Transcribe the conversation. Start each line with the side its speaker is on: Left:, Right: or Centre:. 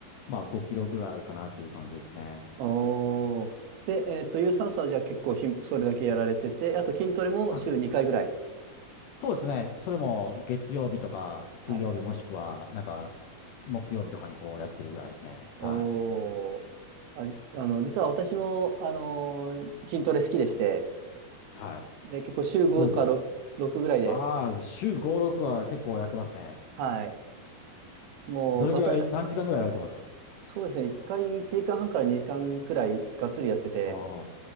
Left: まあ5キロぐらいかなっていう感じですね。
Right: おー。で、えっと、有酸素はじゃあ結構ひ、それだけやられてて、あと筋トレも週2回ぐらい。
Left: はいそうですね。それも月曜日とか水曜日もしくは、
Right: はい。
Left: なんか、木曜日とかにこうやってるぐらいですね。
Right: おー。
Left: はい。
Right: あ、あの、実は私も、あのー筋トレ好きでして、
Left: はい。
Right: で、結構週5か6、
Left: どれぐらい
Right: 6ぐらいで、
Left: ああー、週5、6は結構やってますね。
Right: はい。もう、
Left: どれぐらい、
Right: わた、
Left: 何時間ぐらいやられてますか
Right: そうですね、1回1時間半かんはんから2時間くらいがっつりやってて、
Left: ああー、